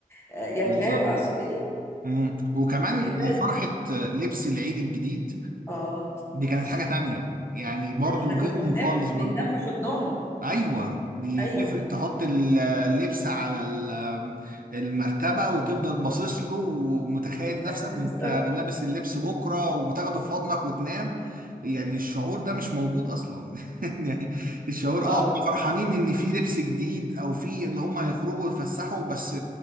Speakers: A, on the left (about 15°); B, on the right (about 70°).
A: آه، يعني
B: بالظبط
A: فاهم اقصد ايه
B: مم. وكمان
A: آه، لا
B: فرحة لبس العيد الجديد
A: اه
B: دي كانت
A: بس
B: حاجة
A: لا
B: تانية يعني برضو
A: احنا كنا
B: غيرهم
A: بننام
B: خالص
A: بننام في حضنهم
B: ايوه دي
A: ايوه
B: تفرق تحط ال- اللبس على ال- المرتبه وتفضل باصص له ومتخيل نفسك
A: بالظبط
B: وانت لابس اللبس بكره وبتاخده في حضنك وتنام يعني الشعور ده مش موجود اصلا <laughs> يعني الشعور
A: اه
B: اه هم فرحانين ان في لبس جديد او في اللي هم هيخرجوا ويتفسحوا بس